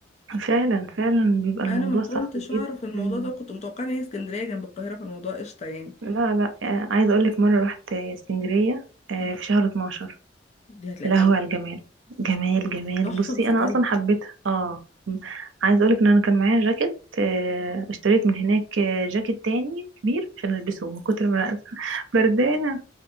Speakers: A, on the right (about 85°); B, on the left (about 35°).
A: فعلا فعلا بيبقى الموضوع
B: انا ما
A: صعب
B: كنتش
A: جدا
B: اعرف الموضوع ده كنت متوقعه ان هي اسكندريه جنب القاهره فالموضوع قشطه يعني
A: لا لا آه، عايزه اقول لك مره رحت آه، اسكندريه آه،
B: مم.
A: في شهر 12
B: دي هتلاقي
A: يا لهوي
B: تلج
A: على الجمال جمال جمال
B: تحفه
A: بصي
B: بس
A: انا
B: تلج
A: اصلا حبيتها اه م- عايزه اقول لك ان انا كان معايا جاكيت آه، اشتريت من هناك آه، جاكيت تاني كبير عشان البسه من كتر ما أنا <laughs> بردانه